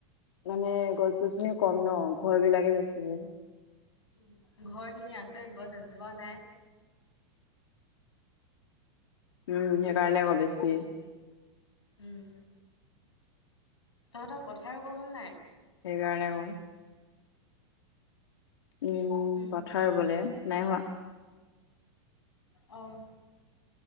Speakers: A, on the left; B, on the left.
A: মানে গছ-গছনি কম ন ঘৰ বিলাকে বেছি।
B: উম্, ঘৰ খিনি আছে গছ এজোপাও নাই।
A: উম্, সেইকাৰণে আকৌ বেছি।
B: উম্, তহঁতৰ পথাৰ বোৰ ৰুৱ হ'ল নাই।
A: সেইকাৰণে কওঁ। উম্,
B: উম
A: পথাৰ ৰুৱলে নাই হোৱা।
B: অ'।